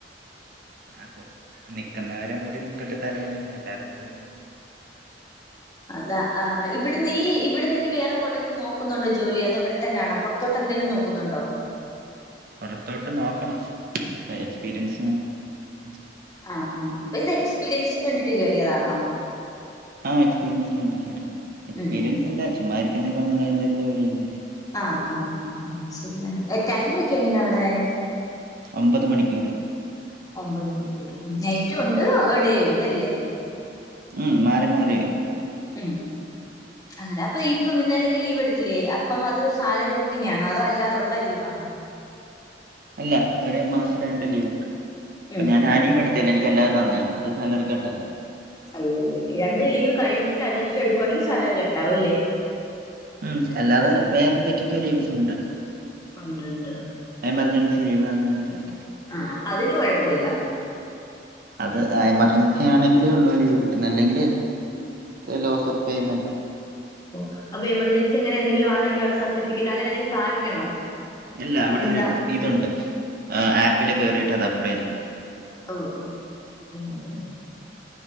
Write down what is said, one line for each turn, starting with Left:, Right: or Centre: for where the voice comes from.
Right: അപ്പൊ നിക്കന്നവരെ മൂടി നിക്കട്ടെ തലയില് അല്ലാതെ എന്ത് ചെയ്യാന
Left: അതാ ആ ഇവിടുന്ന് ഈ ഇവിട്ന്ന് ഇഞ് വേറെ എങ്ങോട്ടെങ്കിലും നോക്കുന്നുണ്ടോ ജോലി. അതാ ഇവിടെ തന്നെയാണോ പൊർ തൊട്ട് എന്തെങ്കിലും നോക്കുന്നുണ്ടോ
Right: പൊറത്തോട്ട് നോക്കണം. ഇപ്പൊ എക്സ്പീരിയൻസ
Left: ഉം
Right: <unintelligible>
Left: ആഹ് ആഹ് അപ്പം ഇത് എക്സ്പീരിയൻസ് കണ്ടിട്ട് കെറിയതാണോ.
Right: ആ എക്സ്പീരിയൻസ് <unintelligible> എക്സ്പീരിയൻസ്
Left: ഉം
Right: ഇണ്ട്. ചുമ്മാ ഇരിക്കുന്നതിനേക്കാളും നല്ലത് എന്തേലും ജോലി ചെയ്യുന്നല്ലേ
Left: ആഹ് ആഹ് ആഹ് ശരിയാണ്. ടൈമൊക്കെ എങ്ങനാ അവ്ടെ
Right: ഒമ്പത് മണിക്കൂറ്.
Left: ഒമ്പത് മണിക്കൂറ് നൈറ്റും ഉണ്ട് ഡേയും ഉണ്ട് അല്ലേ
Right: ഉം മാറി മാറി
Left: ഉം അങ്ങനെ അപ്പം ഇപ്പൊ ഇന്നലെക്കെ ലീവ് എടുത്തില്ലേ, അപ്പം അത് സാലറി കട്ടിങ്ങാണോ അതോ അല്ലാതെ ഒള്ള ലീവ് ആണോ.
Right: അല്ല ഒരു മാസം രണ്ട് ലീവ് ഉണ്ട്. അപ്പൊ
Left: ഉം
Right: ഞാൻ
Left: ഉം
Right: ആ ലീവ്
Left: ഉം
Right: എട് ത്തീല്ല എനിക്ക് അല്ലാതെ തന്ന അത് സാലറി കട്ടല്ല
Left: അല്ലല്ലല്ലേ രണ്ട് ലീവ് കഴിഞ്ഞിട്ട് അഡീഷൻ എടുവാണെങ്കി സാലറി കട്ട് ആവും ല്ലേ
Right: ഉം അല്ലാതെ വേറെ എന്തൊക്കെയൊക്കെ ലീവ്സ് ഉണ്ട്
Left: ഉണ്ട്ണ്ട്
Right: എമർജൻസി ലീവ് അങ്ങനത്തെയൊക്കെ
Left: ആഹ് അതിന് കൊഴപ്പൊല്ല.
Right: അത് എമർജൻസി ആണെങ്കിലെ ഉള്ളൂ ലീവ് കിട്ടുന്ന അല്ലെങ്കില് ലോസ് ഓഫ് പേയ്മെന്റ്
Left: ഓ അപ്പൊ എമർജൻസി അങ്ങനെന്തെങ്കിലും ആണെങ്കി അവിടെ സർട്ടിഫിക്കറ്റ് അങ്ങനെ എന്തെങ്കിലും കാണിക്കണോ?
Right: ഇല്ല അവിടെ
Left: എന്താ
Right: ഒരു ഇതുണ്ട് ആപ്പില് കേറീട്ട് അത് അപ്ലൈ ചെയ്യാം.
Left: ഓ ഓ ഓ